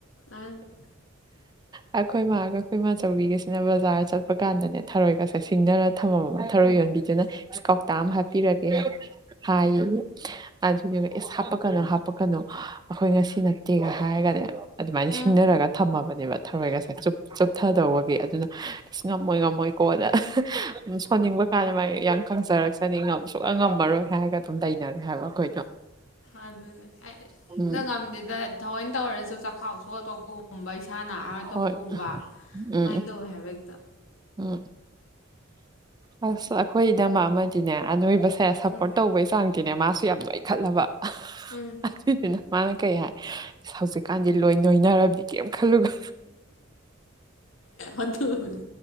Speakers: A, on the left (about 70°); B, on the right (about 20°).
A: ꯑꯥ
B: ꯑꯩꯈꯣꯏ ꯃꯥꯒ ꯑꯩꯈꯣꯏ ꯃꯥꯆꯧꯕꯤꯒꯁꯤꯅ ꯕꯖꯥꯔ ꯆꯠꯄ ꯀꯥꯟꯗꯅꯦ ꯊꯔꯣꯏꯒꯁꯦ ꯁꯤꯡꯅꯔ ꯊꯅꯥꯝꯃꯥꯕ ꯊꯔꯣꯏ ꯌꯣꯟꯕꯤꯗꯨꯅ ꯏꯁ ꯀꯥꯎꯇꯥ ꯑꯃ ꯍꯥꯞꯄꯤꯔꯒꯦ ꯍꯥꯏ ꯍꯥꯏꯌꯦꯅꯦ ꯑꯗꯨꯗꯨꯒ ꯏꯁ ꯍꯥꯞꯄꯛ ꯀꯅꯣ ꯍꯥ ꯍꯥꯄꯛꯀꯥꯅꯣ ꯑꯩꯈꯣꯏ ꯉꯁꯤ ꯅꯠꯇꯦꯒ ꯍꯥꯏꯔꯒꯅꯦ ꯑꯗꯨꯃꯥꯏꯅ ꯁꯤꯡꯅꯔꯒ
A: ꯑꯥ
B: ꯊꯝꯃꯕꯅꯦꯕ ꯊꯔꯣꯏꯒꯁꯦ ꯆꯨꯞ ꯇꯧꯕꯒꯤ ꯑꯗꯨꯅ ꯑ ꯉꯝꯃꯣꯏ ꯉꯝꯃꯣꯏꯀꯣꯅ ꯁꯣꯟꯅꯤꯡꯕ ꯀꯥꯟꯗ ꯃꯥꯏ ꯌꯥꯝ ꯈꯪꯖꯔꯛꯁꯅꯤ ꯁꯨꯛꯉꯝ ꯉꯝꯃꯔꯣꯏ ꯍꯥꯏꯔꯒ ꯑꯗꯨꯝ ꯂꯩꯅꯔꯦ ꯍꯥꯏꯕ ꯑꯩꯈꯣꯏꯗꯣ
A: ꯑꯗꯨꯅꯦ ꯑ
B: ꯎꯝ
A: ꯅꯪ ꯉꯝꯗꯔ꯭ꯤꯗꯣ ꯊꯑꯣꯏ ꯇꯧꯔꯁꯨ ꯆꯈꯥꯎ ꯁꯣꯀꯥ ꯇꯣꯛꯒꯨꯝꯕ ꯏꯁꯥ ꯅꯥꯔꯒ
B: ꯍꯣꯏ
A: ꯇꯣꯛꯄꯒꯨꯝꯕ ꯑꯗꯨꯃꯥꯏꯅ
B: ꯎꯝ
A: ꯇꯧꯋꯦ ꯍꯥꯏꯕ ꯍꯦꯛꯇ
B: ꯎꯝ ꯑꯁ ꯑꯩꯈꯣꯏ ꯏꯅꯃ ꯑꯃꯗꯤꯅꯦ ꯑꯅꯣꯏꯕ ꯁꯦ ꯁꯞꯄꯣꯔꯠ
A: ꯎꯝ
B: ꯇꯧꯕꯩ ꯆꯥꯡꯗꯤꯅꯦ ꯃꯥꯁꯨ ꯌꯥꯝ ꯅꯣꯏꯈꯠꯂꯕ
A: ꯎꯝ
B: ꯑꯗꯨꯗꯨꯅ ꯃꯥꯅ ꯀꯩ ꯍꯥꯏ ꯍꯧꯖꯤꯛꯀꯥꯟꯗꯤ ꯂꯣꯏ ꯅꯣꯏꯅꯔꯕꯅꯤ ꯀꯩꯝ ꯈꯜꯂꯨꯒ
A: ꯑꯗꯨꯅꯤ